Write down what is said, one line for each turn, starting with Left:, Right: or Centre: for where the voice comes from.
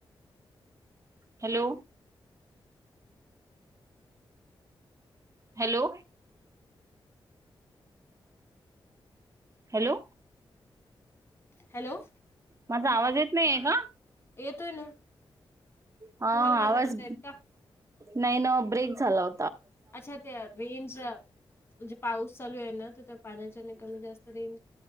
Right: Hello. Hello. Hello.
Left: Hello.
Right: माझा आवाज येत नाहीये का?
Left: येतोय ना.
Right: अ आवाज
Left: तुम्हाला माझा नव्हता येत का
Right: नाही ना ब्रेक झाला हो
Left: अच्छा ते रेंज म्हणजे पाऊस चालू आहे ना, तर त्या पाण्याच्याने कमी जास्त रेन्ज